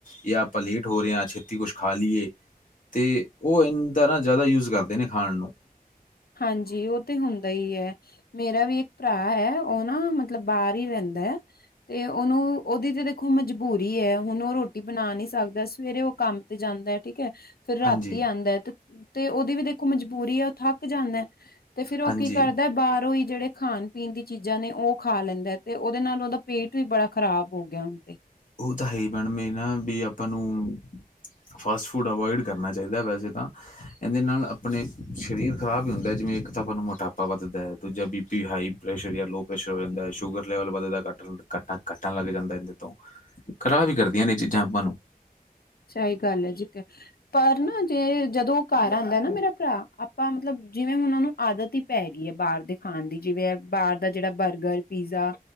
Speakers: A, on the left; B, on the left.
A: ਜਾ ਆਪਾਂ ਲੇਟ ਹੋ ਰਹੇ ਆ ਛੇਤੀ ਕੁਛ ਖਾ ਲਈਏ। ਅਤੇ ਉਹ ਇੰਦ ਨਾ ਜ਼ਿਆਦਾ ਯੂਜ਼ ਕਰਦੇ ਨੇ ਖਾਣ ਨੂੰ।
B: ਹਾਂਜੀ, ਉਹ ਤੇ ਹੁੰਦਾ ਹੀ ਐ। ਮੇਰਾ ਵੀ ਇੱਕ ਭਰਾ ਹੈ ਉਹ ਨਾ ਮਤਲਬ ਬਾਹਰ ਹੀ ਰਹਿੰਦਾ ਹੈ। ਅਤੇ ਉਹਨੂੰ ਉਹਦੀ ਤਾਂ ਦੇਖੋ ਮਜ਼ਬੂਰੀ ਹੈ ਹੁਣ ਉਹ ਰੋਟੀ ਬਣਾ ਨਹੀਂ ਸਕਦਾ ਸਵੇਰੇ ਉਹ ਕੰਮ ਤੇ ਜਾਂਦਾ ਐ ਠੀਕ ਐ ਫਿਰ ਰਾਤੀ
A: ਹਾਂਜੀ
B: ਆਂਦਾ ਤੇ ਉਹਦੀ ਵੀ ਦੇਖੋ ਮਜਬੂਰੀ ਐ ਉਹ ਥੱਕ ਜਾਂਦਾ। ਤੇ ਫੇਰ ਉਹ
A: ਹਾਂਜੀ
B: ਕੀ ਕਰਦਾ ਬਾਹਰ ਹੋਈ ਜਿਹੜੇ ਖਾਣ। ਪੀਣ ਦੀ ਚੀਜ਼ਾਂ ਨੇ ਉਹ ਖਾ ਲੈਂਦਾ ਤੇ ਉਹਦੇ ਨਾਲ ਉਹਦਾ ਪੇਟ ਵੀ ਬੜਾ ਖ਼ਰਾਬ ਹੋ ਗਿਆ ਹੁਣ ਤੇ
A: ਉਹ ਤਾਂ ਹੈ ਈ ਮੈਡਮ ਏ ਨਾ ਵੀ ਆਪਾਂ ਨੂੰ। ਫਾਸਟ ਫੂਡ ਅਵਇਡ ਕਰਨਾ ਚਾਹੀਦਾ ਵੈਸੇ ਤਾਂ। ਇਹਦੇ ਨਾਲ ਆਪਣੇ ਸਰੀਰ ਖ਼ਰਾਬ ਹੀ ਹੁੰਦਾ ਹੈ ਜਿਵੇਂ ਇੱਕ ਤਾਂ ਆਪਾਂ ਨੂੰ ਮੋਟਾਪਾ ਵੱਧਦਾ ਹੈ ਦੂਜਾ ਬੀ। ਵੀ ਹਾਈ ਪ੍ਰੈਸ਼ਰ ਜਾਂ ਲੋਅ ਪ੍ਰੈਸ਼ਰ ਹੋ ਜਾਂਦਾ ਸ਼ੂਗਰ ਲੈਵਲ ਵੱਧਦਾ ਕੱਟਣ ਕੱਟਾਂ ਕੱਟਣ ਲੱਗ ਜਾਂਦਾ ਇਹਦੇ ਤੋਂ ਖਰਾਬ ਵੀ ਕਰਦੀਆਂ ਨੇ ਚੀਜ਼ਾਂ ਆਪਾਂ ਨੂੰ।
B: ਸਹੀ ਗੱਲ ਹੈ, ਜੀ ਪਰ ਨਾ ਜੇ ਜਦੋਂ ਉਹ ਘਰ ਆਉਂਦਾ ਨਾ ਮੇਰਾ ਭਰਾ ਆਪਾਂ ਮਤਲਬ ਜਿਵੇਂ ਉਹਨਾਂ ਨੂੰ ਆਦਤ ਹੀ ਪੈ ਗਈ ਹੈ ਬਾਹਰ ਦੇ ਖਾਣ ਦੀ ਜਿਵੇਂ ਬਾਹਰ ਦਾ ਜਿਹੜਾ ਬਰਗਰ ਪੀਜ਼ਾ